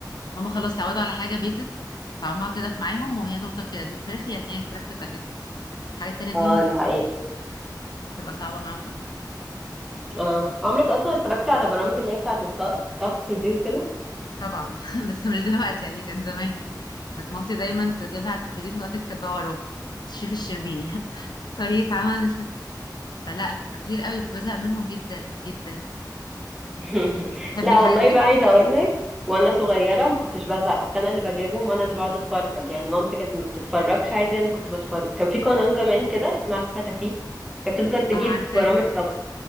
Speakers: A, on the left (about 70°); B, in the centre.
A: هما خلاص اتعودوا على حاجة بيزك طعمها كده في معاهم وهي تفضل كده دي الفراخ يعني هي الفراخ تبقى كده الحاجات التانية
B: اه
A: دي
B: دي حقيقة
A: بتبقى صعبة معاهم
B: اه عمرك اصلا اتفرجتي على برامج اللي هي بتاعه الط- الطبخ دي وكده
A: طبعا <laughs> بس مش دلوقتي يعني كانت زمان كانت مامتي دايما تجيبها على التلفزيون وتقعد تكتب بقى وراهم الشيف الشربيني <laughs> طريقة عمل مش عارفة. فلا كتير قوي كنت بزهق منهم جدا جدا
B: <laughs>
A: تحبي
B: لا
A: الحاجات
B: والله
A: دي؟
B: بقى عايزه اقول لك وانا صغيره ما كنتش بزهق كنت انا اللي بجيبهم وانا اللي بقعد اتفرج يعني مامتي كانت ما بتتفرجش عادي انا اللي كنت بتفرج كان في قناه زمان كده اسمها فتافيت كانت بتفضل تجيب
A: اه عارفاها
B: برامج طبخ